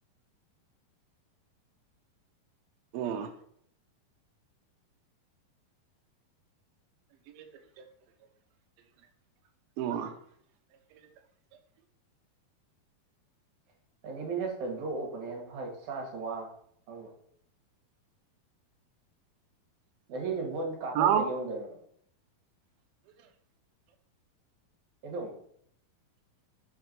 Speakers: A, on the right (about 80°); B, on the right (about 60°).
A: ꯑꯣ <inaudible>
B: <unintelligible> ꯉꯁꯤꯗꯤ ꯕꯣꯟ ꯀꯥꯄꯝꯗ
A: ꯍꯥꯎ
B: ꯌꯦꯡꯎꯗꯣꯏꯔ ꯅꯪ
A: <inaudible>
B: <unintelligible>